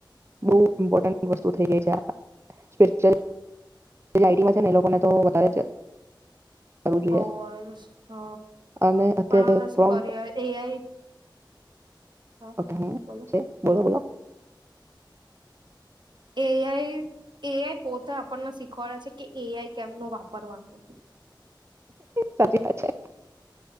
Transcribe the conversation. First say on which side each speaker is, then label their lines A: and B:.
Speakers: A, on the right; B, on the right.
A: બહુ ઇમ્પોર્ટન્ટ વસ્તુ થઈ ગઈ છે. આ સ્પેશિય લઇટિંગમાં છે ને. એ લોકોને તો વધારે જ કરવું જોઈએ
B: બહું જ હ
A: અને અત્યારે
B: પણ હવે શું
A: પ્રોમ
B: કર્યું એઆઈ હા
A: હ
B: હા બોલો
A: છે, બોલો બોલો.
B: એઆઈ એઆઈ પોતે આપણને શીખવાડે છે કે એઆઈ કેમનું વાપરવાનું
A: સાચી વાત છે.